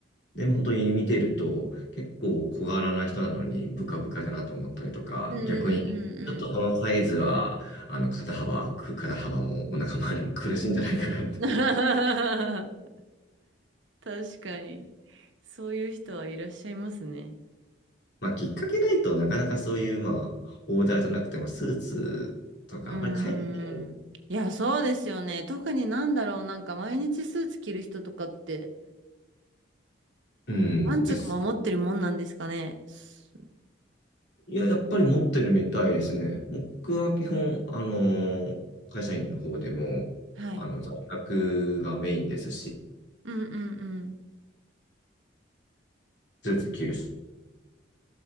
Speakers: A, on the left (about 60°); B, on the right (about 70°).
A: でも本当に見てると、結構小柄な人なのにブカブカだなと思ったりとか、
B: うんうん
A: 逆に、ちょっとそのサイズは、あの、肩幅、く肩幅もお腹周りも苦しいんじゃないかなって。
B: うんうん <laughs> 確かに。そういう人はいらっしゃいますね。
A: まあ、きっかけないとなかなかそういう、まあ、オーダーじゃなくてもスーツとか、
B: うーん。
A: あんまり海外
B: いや、そうですよね。特になんだろう、なんか毎日スーツ着る人とかって、
A: うんです。
B: 何着も持ってるもんなんですかね。す
A: いや、やっぱり持ってるみたいですね。僕は基本、あのー会社員の方でも、
B: はい。
A: あの、在宅がメインですし、
B: うんうんうん。
A: スーツ着る職